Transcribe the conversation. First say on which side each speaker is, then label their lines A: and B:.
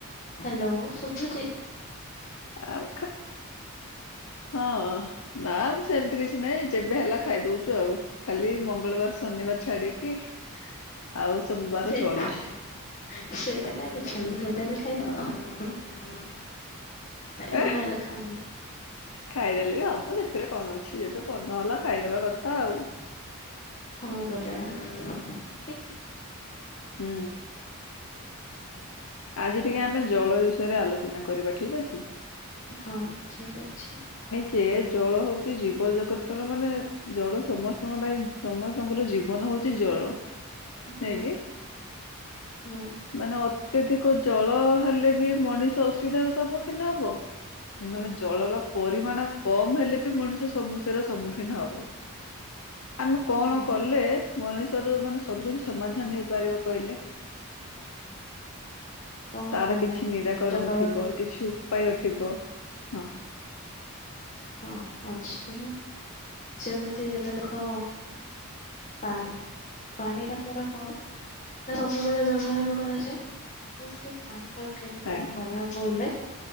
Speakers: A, on the left (about 35°); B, on the left (about 75°).
A: ହ୍ୟାଲୋ ସୁଭୁ
B: ଆଉ ହଁ ନା ମୁଁ ସେମିତି କିଛି ନାଇଁ ଯେବେ ହେଲା ଖାଇଦଉଛୁ ଆଉ ଖାଲି ମଙ୍ଗଳବାର ଶନିବାର। ଛାଡିକି।
A: <inaudible>
B: ଆଉ ସବୁ ବାର ଚଳୁଛି ହଁ
A: <inaudible>
B: ଏ ଖାଇଦେଲେ ବି ଆମର ସେଥିରେ କଣ ଅଛି ଯେବେ। ପନ ହେଲା ଖାଇଦବା କଥା ଆଉ।
A: <inaudible>
B: ହୁଁ। ଆଜି ଟିକେ ଆମେ ଜଳ ବିଷୟରେ ଆଲୋଚନା କରିବା ଠିକ ଅଛି।
A: ହଁ ଠିକ୍ ଅଛି।
B: ସେ ଜଳ ହଉଛି ଜୀବ ଜଗତର ମାନେ ଜଳ ସମସ୍ତଙ୍କ ପାଇଁ ସମସ୍ତଙ୍କର ଜୀବନ ହଉଛି ଜଳ।
A: ହୁଁ
B: ନାଇଁ କି
A: ହୁଁ
B: ମାନେ। ଅତ୍ୟଧିକ ଜଳ ହେଲେ ବି ମଣିଷ ଅସୁବିଧାର ସମ୍ମୁଖୀନ ହବ, ମାନେ ଜଳର ପରିମାଣ
A: ହୁଁ
B: କମ ହେଲେ। ମଣିଷ ସମସ୍ୟାର ସମ୍ମୁଖୀନ ହବ। ଆମେ କଣ
A: ହୁଁ
B: କଲେ? ମଣିଷର ମାନେ ସବୁ କିଛି ସମାଧାନ ହେଇପାରିବ କହିଲେ
A: କଣ
B: ତାର
A: କଲେ
B: କିଛି ନିରାକରଣ
A: ଜଳରେ
B: ଥିବ କିଛୁ ପାୟ ଥିବ ହଁ
A: ହଁ ଅଛି ନା ଯେମିତି ଏବେ ଦେଖ ପାଣି ପାଣି ଆମର କଣ ନା ସବୁବେଳେ ବ୍ୟବହାର କରାଯାଏ ତ ସେ ପାଣି ଟା କେମିତି କଣ
B: ଆଜ୍ଞା
A: କରାହବ ହେଲେ